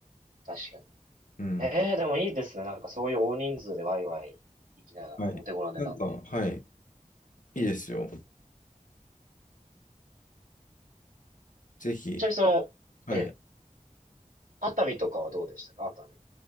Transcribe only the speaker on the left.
うん。
はい。
なんか、はい。いいですよ。ぜひ、
はい。